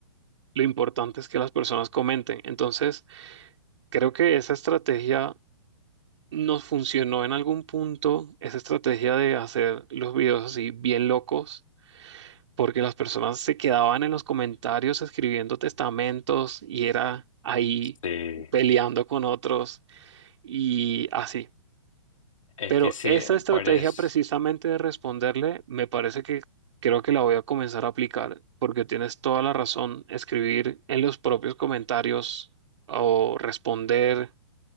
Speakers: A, on the right; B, on the left.
A: lo importante es que las personas comenten. Entonces, creo que esa estrategia Nos funcionó en algún punto esa estrategia de hacer los videos así bien locos, porque las personas se quedaban en los comentarios escribiendo testamentos y era ahí
B: Sí,
A: peleando con otros y así.
B: es
A: Pero
B: que sí,
A: esa estrategia
B: por eso.
A: precisamente de responderle, me parece que creo que la voy a comenzar a aplicar, porque tienes toda la razón, escribir en los propios comentarios o responder